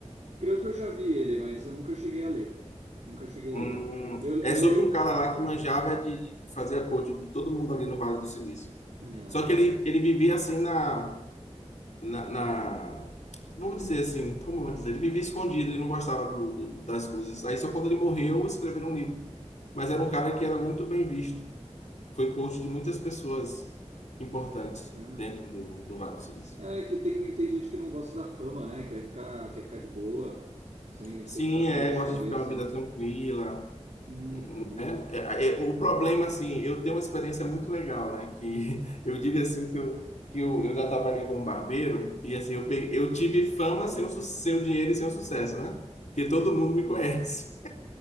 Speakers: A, on the right; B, on the left.
A: Creio que eu já vi ele, mas eu nunca cheguei a ler. Nunca cheguei
B: Hum,
A: a ler. Eu,
B: é
A: eu
B: sobre
A: leio,
B: um cara lá que manjava de de fazer a coach de todo mundo ali no Vale do Silício.
A: Ah,
B: Só que ele, ele vivia assim na na, na- Vamos dizer assim, como eu vou dizer? Ele vivia escondido, ele não gostava do, do- das luzes. Aí só quando ele morreu, escreveram um livro. Mas era um cara que era muito bem visto. Foi coach de muitas pessoas importantes
A: ah, que bacana.
B: dentro do, do Vale do Silício.
A: É que tem, tem gente que não gosta da fama, né? Quer ficar, quer ficar de boa, sem, sem
B: Sim,
A: ficar com
B: é,
A: dor de
B: gosta
A: cabeça,
B: de ficar uma vida
A: né?
B: tranquila,
A: Uhum,
B: né? É, é, o problema, assim, eu tenho uma experiência muito legal, né? Que <laughs> eu digo assim que eu, que eu, eu já trabalhei como barbeiro e assim, eu, peguei, eu tive fama sem o, su- sem o dinheiro e sem o sucesso, né? Porque todo
A: sim,
B: mundo me conhece.